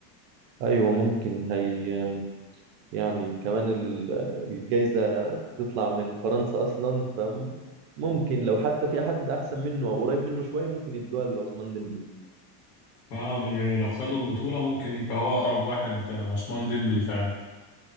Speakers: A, on the right; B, on the left.
A: ايوه ممكن هي يعني كمان ال- الجايزه بتطلع من فرنسا اصلا فممكن لو حتى في حد احسن منه او قريب منه شويه ممكن يدوها لعثمان ديمبلي
B: اه يعني لو خدوا البطوله ممكن يبقى هو اقرب واحد عثمان ديمبلي فعلا